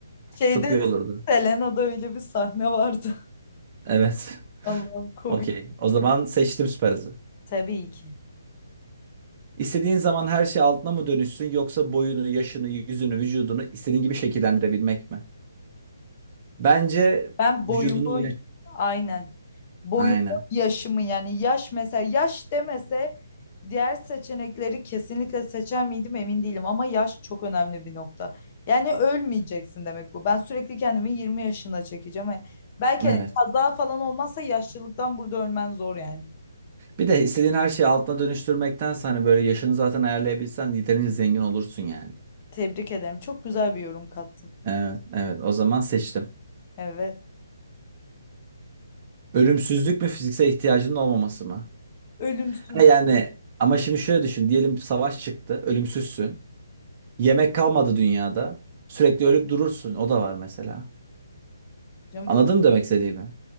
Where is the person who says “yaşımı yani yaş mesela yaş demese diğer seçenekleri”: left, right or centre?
Left